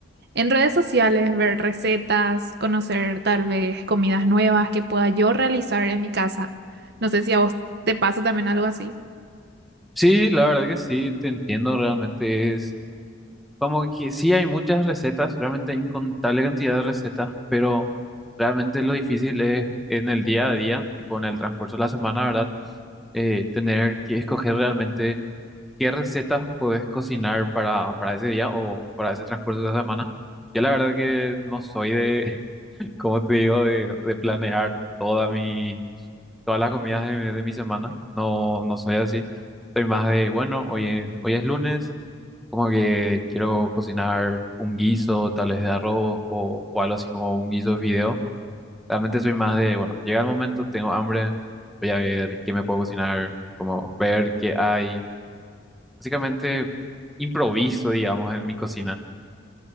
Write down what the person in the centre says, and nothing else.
Sí, la verdad que sí, te entiendo realmente. Como que sí hay muchas recetas, realmente hay incontable cantidad de recetas, pero realmente lo difícil es en el día a día, tipo en el transcurso de la semana, ¿verdad? Eh, tener que escoger realmente qué recetas puedes cocinar para, para ese día o para ese transcurso de la semana. Yo la verdad que no soy de, <laughs> como te digo, de, de planear toda mi, todas las comidas de, mi de mi semana. No, no soy así. Soy más de, bueno, hoy es- hoy es lunes. Como que quiero cocinar un guiso, tal vez de arroz o, o algo así como un guiso de fideo. Realmente soy más de, bueno, llega el momento, tengo hambre, voy a ver qué me puedo cocinar, como ver qué hay. Básicamente improviso, digamos, en mi cocina.